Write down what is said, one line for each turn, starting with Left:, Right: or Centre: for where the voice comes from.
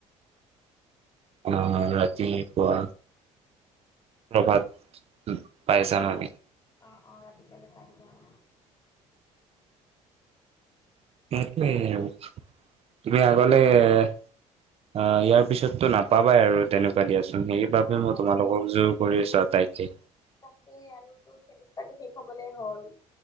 Right: আহ ৰাতিপুৱা প্ৰভাত পাই যাম আমি।
Left: অ অ ৰাতিপুৱালে পাই যাম
Right: সেইটোৱে আৰু তুমি আগলে এ আহ ইয়াৰ পিছতটো নাপাবাই আৰু তেনেকুৱা দিয়াচোন সেইবাবে
Left: অঁ
Right: মই তোমালোকক যুগ পৰি চাওঁ তাকে
Left: তাকে আৰুটো চেমিষ্টাৰটো শেষ হবলৈ হ'ল।